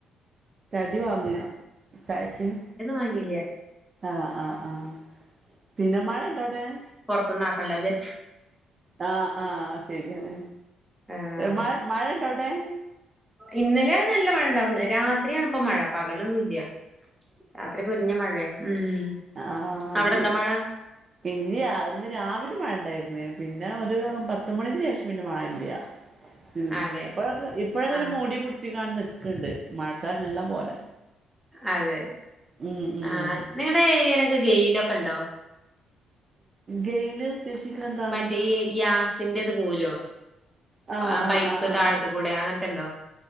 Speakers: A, on the right; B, in the centre.
A: കടി വാങ്ങ്യ ചായക്ക്
B: വാങ്ങില്ല
A: ആആഹ് ആഹ് പിന്നെ മഴ ഇണ്ടോ അവിടെ
B: ത്ത്ന്ന്ക്കണ്ടാ വിചാരിച്ച്
A: ആആഹ് ശെരിയാണ്
B: ആഹ്
A: മഴ മഴ ഇണ്ട അവിടെ
B: ഇന്നലെ നല്ല മഴ ഉണ്ടായിർന്ന് രാത്രിയണിപ്പ മഴ പകലൊന്നുല്ല രാത്രി പൊരിഞ്ഞ മഴയെ ഉം
A: ആ
B: അവിടെണ്ടോ
A: ശരി
B: മഴ
A: പിന്നീ <unintelligible> <unintelligible> മാഴ ഉണ്ടായിരുന്നേ പിന്നെ ഒരു പത്തുമണിന് ശേഷം പിന്നെ മാഴല്ല ഉം
B: അതെ
A: ഇപ്പോഴക്കെ ഇപ്പോഴൊക്കെ
B: ആഹ്
A: ഒരു മൂടി പിടിച്ച് ക്ക്ണ്ട് മഴക്കാരള്ള പോലെ
B: അതെ
A: ഉം ഉം
B: ആ നിങ്ങളുടെ ഏരിയയിലൊക്കെ ഗെയിലൊക്കെ ണ്ടോ
A: ഗെയില് ഉദ്ദേശിക്കണ എന്താ
B: മറ്റേ ഈ ഗ്യാസിന്റെത് പോവലോ
A: ആഹ്
B: ആ
A: ആഹ്
B: പൈപ്പ്
A: ആഹ് ആഹ്
B: താഴ് ത്ത് കൂടെ അങ്ങനത്തെണ്ടോ